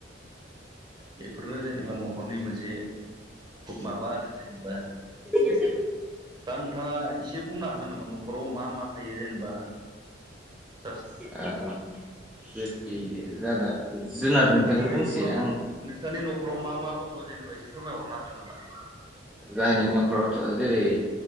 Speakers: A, on the right; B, in the centre.
A: बेफोरनो जेनेबा न'खरनि मोनसे माबा आरो जेनेबा
B: बिदि
A: दा नोंथाङा एसे बुंनो हागोन नामा न'खराव मा मा थायो जेनेबा? जास्ट
B: ओ बेदि जाना जुनारनिखौनो
A: नोंसानि
B: बुंनोसैना
A: न'खराव
B: आङो?
A: नोंसोरनि न'खराव मा मा दङ जेनेबा एसे फोरमायहरनो हागोन नामा?
B: जोंहानि न'खरावथ' जेरै